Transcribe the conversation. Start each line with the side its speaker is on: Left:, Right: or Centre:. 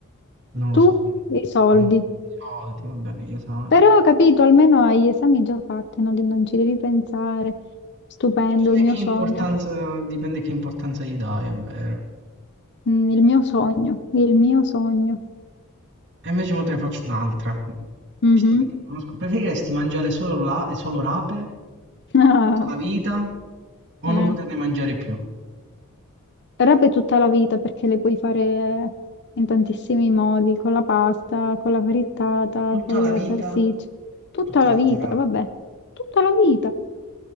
Right: Non lo
Left: Tu,
Right: so. No,
Left: i soldi.
Right: i soldi, vabbè, gli esami.
Left: Però ho capito, almeno hai gli esami già fatti, no? Di- Non ci devi pensare. Stupendo,
Right: Dipende
Left: il mio
Right: che importanza,
Left: sogno.
Right: dipende che importanza gli dai, è vero.
Left: Mm, il mio sogno, il mio sogno.
Right: E invece mo te ne faccio un'altra,
Left: Mhm.
Right: visto che ti conosco. Preferiresti mangiare solo, la- solo rape
Left: Ah,
Right: tutta la vita o
Left: <laughs>
Right: non
Left: eh.
Right: poterne mangiare più?
Left: Però per tutta la vita, perché le puoi fare in tantissimi modi, con la pasta, con la frittata,
Right: Tutta
Left: con
Right: la
Left: le
Right: vita,
Left: salsicce. Tutta
Right: tutta
Left: la
Right: la
Left: vita,
Right: vita rape.
Left: vabbè. Tutta la vita.